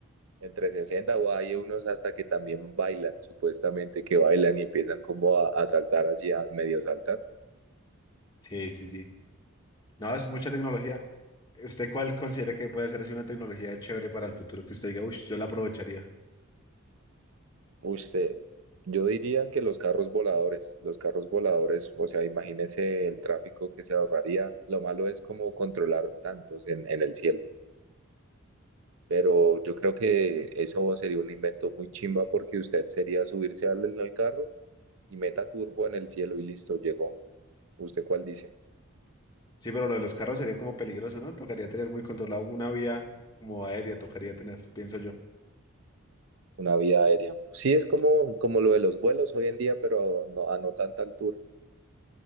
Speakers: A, on the right; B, on the left.
A: entre 60 o hay unos hasta que también bailan, supuestamente que bailan y empiezan como a, a saltar así, a medio saltar.
B: Sí, sí, sí. No, es mucha tecnología. ¿Usted cuál considera que puede ser así una tecnología chévere para el futuro que usted diga, uff, yo la aprovecharía?
A: Uy, se- yo diría que los carros voladores, los carros voladores, o sea, imagínese el tráfico que se ahorraría. Lo malo es como controlar tantos en, en el cielo. Pero yo creo que eso sería un invento muy chimba porque usted sería subirse al, al carro y meta turbo en el cielo y listo, llegó. ¿Usted cuál dice?
B: Sí, pero lo de los carros sería como peligroso, ¿no? Tocaría tener muy controlado una vía como aérea, tocaría tener, pienso yo.
A: Una vía aérea. Sí, es como, como lo de los vuelos hoy en día, pero no, a no tanta altura.